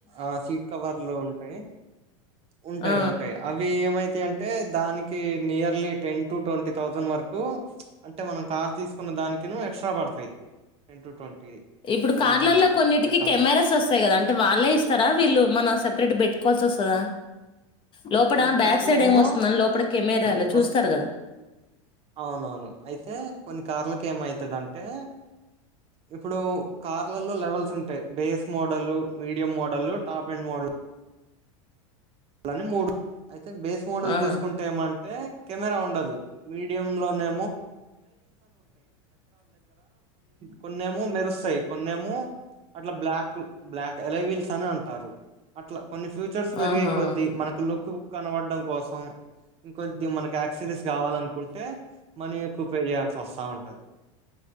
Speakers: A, on the right; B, on the left.
A: ఆ సీట్ కవర్లు ఉంటయి ఉంటయి,
B: ఆ
A: ఉంటయి అవి ఏమైతా అంటే అంటే దాని కి nearly ten to twenty thousand వరకు అంటే మనం కారు తీసుకున్న దానికినూ ఎక్స్ట్రా పడతయి టెన్ టు ట్వంటీ
B: ఇప్పుడు కార్లల్లో
A: థౌజండ్ వరకు
B: కొన్నింటికి
A: పెట్టాల్సి
B: కెమెరాస్
A: వస్తుంది
B: వస్తయి కదా అంటే వాళ్ళే ఇ స్తరా వీళ్ళు మనం సపరేట్ పెట్టుకోవాల్సి వస్తదా. లోపట
A: కొన్ని
B: బ్యాక్
A: కార్లేమో
B: సైడ్ ఏం వస్తుందని లోపల కెమెరాలో చూస్తారు
A: వస్తు
B: కదా
A: అవునవును అయితే కొన్ని కార్లలకు ఏమయితదం టే ఇప్పుడు కార్ ల లో లెవెల్స్ ఉంటయి base model, medium model, top end model. లని మూడు అయితే బేస్ మోడల్
B: ఆ
A: తీసుకుంటే ఏమంటే కెమెరా ఉండదు మీడియయం లోనే కొన్నేమో మెరుస్తాయి కొన్నేమో అట్ బ్లాక్ ఎలవిల్స్ అని అంటారు అట్లా కొన్ని ఫ్యూచర్స్ పెరిగే
B: ఆహా
A: కొద్ది మనకు లుక్ కనబడడం కోసం ఇంకొద్ది మనకి యాక్ససరీస్ కావాలనుకుంటే మనీ ఎక్కువ పే చేయాల్సి వస్తాఉంటాది.